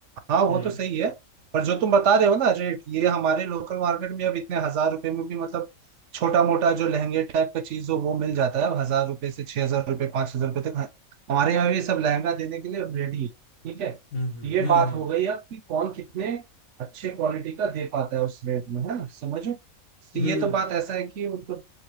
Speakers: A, on the right; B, on the left.
A: हाँ वो
B: हम्म
A: तो सही है पर जो तुम बता रहे हो ना रेट ये हमारे लोकल मार्केट में अब इतने हजार रुपए में भी मतलब छोटा मोटा जो लहंगे टाइप का चीज हो वो मिल जाता है अब हजार रुपए से छह हजार रुपए पांच हजार रुपए तक ह- हमारे यहाँ भी सब लहंगा देने के लिए रेडी है ठीक है तो
B: हम्म हम्म
A: ये
B: हम्म
A: बात हो गई अब कि कौन कितने अच्छे क्वालिटी का दे पाता है उस रेट में है ना समझो तो
B: हम्म
A: ये
B: हम्म।
A: तो बात ऐसा है कि मतलब